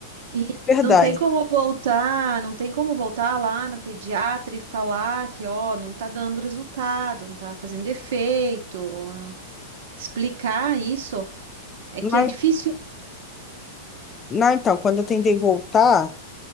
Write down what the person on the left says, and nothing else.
Verdade.
Não,
não, então, quando eu tentei voltar,